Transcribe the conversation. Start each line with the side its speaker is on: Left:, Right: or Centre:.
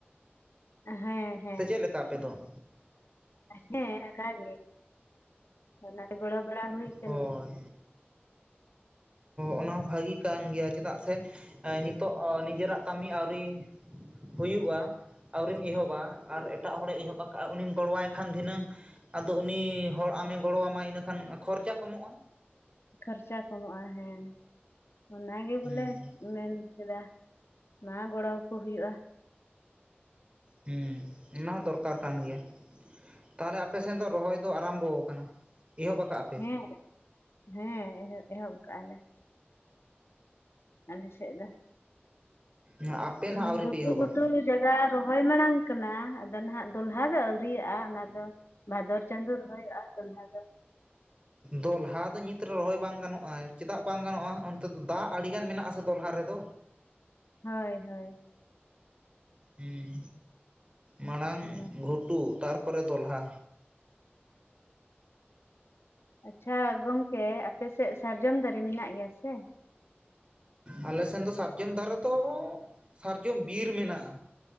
Left: ᱦᱮᱸ ᱾
Right: ᱥᱮ ᱪᱮᱫ ᱞᱮᱠᱟ ᱟᱯᱮ ᱫᱚ ᱾
Left: ᱦᱮᱸ ᱚᱱᱠᱟ ᱜᱮ ᱦᱳᱞᱟ ᱨᱮ ᱜᱚᱲᱚ ᱵᱟᱲᱟ ᱦᱩᱭ ᱾
Right: ᱦᱳᱭ ᱚᱱᱟ ᱦᱚ ᱵᱷᱟᱹᱜᱤ ᱠᱟᱱ ᱜᱮᱭᱟ ᱪᱮᱫᱟᱜ ᱥᱮ ᱾ ᱮ ᱱᱤᱛᱚᱜ ᱱᱤᱡᱮᱨᱟᱜ ᱠᱟᱹᱢᱤ ᱟᱹᱣᱨᱤ ᱦᱩᱭᱩᱜᱼᱟ ᱾ ᱟᱹᱣᱨᱤᱢ ᱮᱦᱚᱵᱟ ᱟᱨ ᱮᱴᱟᱜ ᱦᱚᱲᱮ ᱮᱦᱚᱵ ᱟᱠᱟᱫᱼᱟ ᱩᱱᱤᱢ ᱜᱚᱲᱚᱣᱟᱭ ᱠᱷᱟᱱ ᱫᱷᱤᱱᱟᱹᱝ ᱾ ᱟᱫᱚ ᱩᱱᱤ ᱦᱚᱲ ᱟᱢᱮ ᱜᱚᱲᱚ ᱟᱢᱟᱭ ᱤᱱᱟᱹᱠᱷᱟᱱ ᱠᱷᱚᱨᱪᱟ ᱠᱚᱢᱚᱜᱼᱟ ᱾
Left: ᱠᱷᱚᱨᱪᱟ ᱠᱚᱢᱚᱜᱼᱟ ᱦᱮᱸ ᱚᱱᱟᱜᱮ ᱵᱚᱞᱮ
Right: ᱦᱮᱸ
Left: ᱢᱮᱱ ᱠᱮᱫᱟ ᱾ ᱢᱟ ᱜᱚᱲᱚ ᱟᱠᱚ ᱦᱩᱭᱩᱜᱼᱟ ᱾
Right: ᱦᱮᱸ ᱚᱱᱟ ᱦᱚᱸ ᱫᱚᱨᱠᱟᱨ ᱠᱟᱱ ᱜᱮᱭᱟ ᱾ ᱛᱟᱦᱚᱞᱮ ᱟᱯᱮᱥᱱ ᱫᱚ ᱨᱚᱦᱚᱭ ᱫᱚ ᱟᱨᱟᱢᱵᱚ ᱟᱠᱟᱱᱟ ᱮᱦᱚᱵ ᱟᱠᱟ ᱯᱮ ᱾
Left: ᱦᱮᱸ ᱦᱮᱸ ᱮᱦᱚᱵ ᱠᱟᱜᱼᱟ ᱞᱮ ᱾ ᱟᱞᱮ ᱥᱮᱫ
Right: ᱟᱯᱮ
Left: ᱫᱚ
Right: ᱱᱟᱦᱟᱜ ᱟᱹᱣᱨᱤ
Left: ᱜᱷᱩᱴᱩ
Right: ᱯᱮ ᱮᱦᱚᱵᱟ
Left: ᱜᱷᱩᱴᱩ ᱡᱟᱭᱜᱟ ᱾ ᱨᱚᱦᱚᱭ ᱢᱟᱲᱟᱝ ᱠᱟᱱᱟ ᱟᱫᱚ ᱱᱟᱦᱟᱜ ᱫᱚᱞᱦᱟ ᱫᱚ ᱟᱣᱨᱟᱜᱼᱟ ᱚᱱᱟ ᱫᱚ ᱾ ᱵᱷᱟᱫᱚᱨ ᱪᱟᱸᱫᱳ ᱨᱚᱦᱚᱭᱼᱟ ᱫᱚᱞᱦᱟ ᱫᱚ ᱾
Right: ᱫᱚᱞᱦᱟ ᱫᱚ ᱱᱤᱛᱨᱮ ᱨᱚᱦᱚᱭ ᱵᱟᱝ ᱜᱟᱱᱚᱜ-ᱟ ᱪᱮᱫᱟᱜ ᱵᱟᱝ ᱜᱟᱱᱚᱜ-ᱟ ᱛᱮᱫᱚ ᱫᱚ ᱫᱟᱜ ᱟᱹᱰᱤᱜᱟᱱ ᱢᱮᱱᱟᱜ ᱟᱥᱮ ᱫᱚᱞᱦᱟ ᱨᱮᱫᱚ
Left: ᱦᱳᱭ ᱦᱳᱭ
Right: ᱦᱩᱸ ᱢᱟᱲᱟᱝ
Left: ᱚᱱᱟ᱾
Right: ᱜᱷᱩᱴᱩ ᱛᱟᱨᱯᱚᱨᱮ ᱫᱚᱞᱦᱟ
Left: ᱟᱪᱪᱷᱟ ᱜᱚᱝᱠᱮ ᱟᱯᱮ ᱥᱮᱫ ᱥᱟᱨᱡᱚᱢ ᱫᱟᱨᱮ ᱢᱮᱱᱟᱜ ᱜᱮᱭᱟ ᱥᱮ
Right: ᱟᱞᱮ ᱥᱮᱱ ᱫᱚ ᱥᱟᱨᱡᱚᱢ ᱫᱟᱨᱮ ᱫᱚ ᱥᱟᱨᱡᱚᱢ ᱵᱤᱨ ᱢᱮᱱᱟᱜ-ᱟ